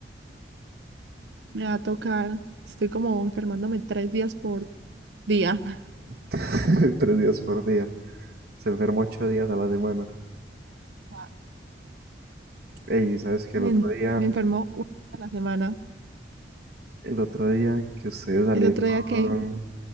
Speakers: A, on the right; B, on the right.
A: me va a tocar. Estoy como enfermándome tres días por día. <laughs>
B: <laughs> Tres días por día. Se enferma ocho días a la semana.
A: Wow.
B: Ey, ¿sabes que
A: Me,
B: El otro
A: en-
B: día,
A: me enfermo una vez a la semana.
B: el otro día que ustedes salieron
A: El otro día que...